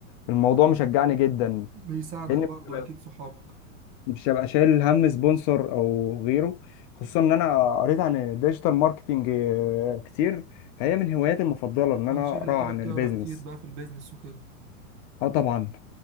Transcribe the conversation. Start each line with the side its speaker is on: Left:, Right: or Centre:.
Left: الموضوع مشجعني جدا
Right: بيساعدك
Left: لان مش
Right: برضه
Left: هبقى
Right: أكيد صحابك
Left: مش هبقى شايل هم سبونسر او غيره خصوصا ان انا قريت عن الديجيتال ماركتنج آه، كتير فهي من هواياتي المفضلة ان انا
Right: أنا شكلك
Left: اقرا
Right: كده
Left: عن
Right: بتقرا
Left: البيزنس
Right: كتير بقى في البيزنس وكده
Left: اه طبعا